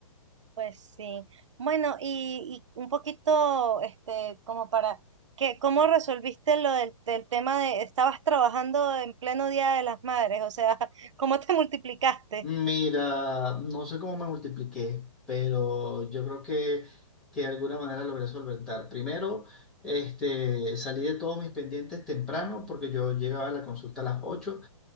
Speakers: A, on the right; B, in the centre.
A: Pues sí. Bueno, y, y un poquito, este, como para que, ¿cómo resolviste lo del, del tema de estabas trabajando en pleno Día de las Madres? O sea, <laughs> ¿cómo te multiplicaste?
B: Mira, no sé cómo me multipliqué, pero yo creo que, que de alguna manera logré solventar. Primero, este, salí de todos mis pendientes temprano porque yo llegaba a la consulta a las 8.